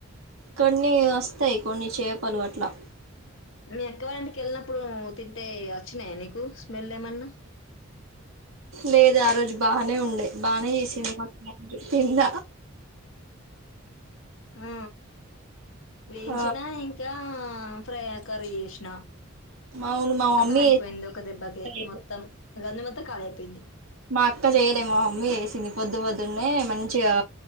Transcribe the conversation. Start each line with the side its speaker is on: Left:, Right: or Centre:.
Right: కొన్ని వస్తాయి కొన్ని చేపలు అట్లా
Left: మీ అక్క వాళ్ళింటికి వెళ్ళినప్పుడు తింటే వచ్చినాయా నీకు స్మెల్ ఏమన్నా
Right: లేదు ఆ రోజు బానే ఉండే బాగానే చేసింది మా అక్క తిన్న
Left: ఆ వేయించినా
Right: ఆ
Left: ఇంకా ఆ ఫ్రై కర్రి చేశిన
Right: అవును మా మమ్మీ
Left: కతం అయిపోయింది
Right: చేసింది,
Left: ఒక దెబ్బకే మొత్తం గంజ్ మొత్తం ఖాళీ అయిపోయింది
Right: మా అక్క చేయలేమ మమ్మీ చెసింది పొద్దు పొద్దున్నే మంచిగా